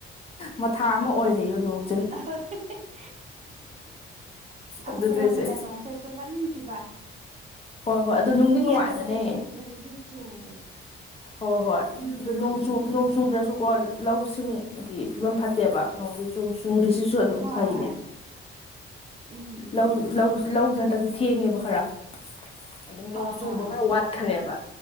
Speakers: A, on the left; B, on the right.
A: ꯃꯊꯥ ꯑꯃ ꯑꯣꯏꯔꯦꯌꯣ ꯅꯣꯡ
B: <unintelligible> ꯑꯈꯣꯏꯔꯣꯝꯗꯅ
A: ꯑꯗꯨꯗꯁꯦ
B: ꯅꯣꯡꯁꯦ ꯆꯨꯒꯟꯈꯤꯕ
A: ꯍꯣꯏ ꯍꯣꯏ ꯑꯗꯨ ꯅꯨꯡꯗꯤ
B: ꯃꯤ
A: ꯅꯨꯡꯉꯥꯏꯕꯅꯦ
B: ꯑꯇꯣꯞꯄꯗ ꯆꯨꯗ꯭ꯔꯁꯨ ꯁꯤ ꯆꯨꯋꯦ
A: ꯍꯣꯏ ꯍꯣꯏ
B: ꯎꯝ
A: ꯑꯗꯨ ꯅꯣꯡꯆꯨ ꯅꯣꯡꯆꯨꯗꯔꯥꯁꯨꯀꯣ ꯂꯧꯁꯤꯡꯒꯤ ꯐꯤꯕꯝ ꯐꯠꯇꯦꯕ ꯅꯣꯡꯒꯤ ꯆꯨ ꯆꯨꯔꯤꯁꯤꯁꯨ ꯑꯗꯨꯝ
B: ꯍꯣꯏ
A: ꯐꯩꯅꯦ
B: ꯎꯝ ꯎꯝ
A: ꯂꯧ ꯂꯧ ꯂꯧꯁꯦ ꯍꯟꯗꯛꯇꯤ ꯊꯦꯡꯉꯦꯕ ꯈꯔ ꯑꯗꯨꯝ
B: ꯍꯣꯏ
A: ꯅꯣꯡ ꯆꯨꯕ
B: ꯍꯣꯏ
A: ꯈꯔ ꯋꯥꯠ ꯈ꯭ꯔꯦꯕ